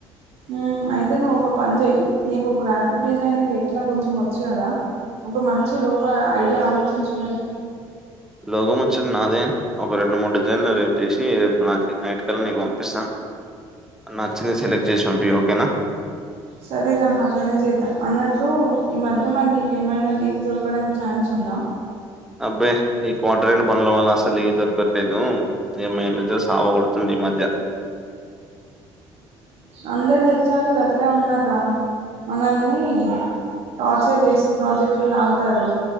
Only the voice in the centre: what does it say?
లోగో ముచ్చట నాదే ఒక రెండు మూడు డిజైన్లు రేపు చేసి రేపు నైట్ కల్ల నీకు పంపిస్తా నచ్చినవి సెలెక్ట్ చేసి పంపి ఓకేనా
అబ్బే ఈ క్వార్టర్ అయిన పనుల వల్ల అసలే లీవ్ దొరకట్లేదు ఈ మేనేజర్ సావ కొడుతుంది మద్య